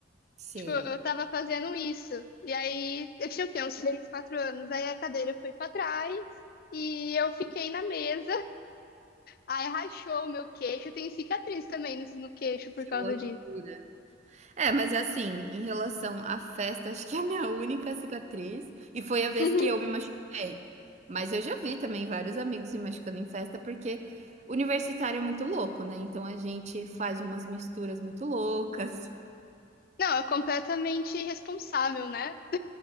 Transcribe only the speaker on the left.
Tipo, eu tava fazendo isso. E aí, eu tinha o quê? Uns 3, 4 anos. Aí a cadeira foi pra trás e eu fiquei na mesa. Aí rachou o meu queixo. Eu tenho cicatriz também no, no queixo por
causa
disso.
Uhum.
Não, é completamente irresponsável, né?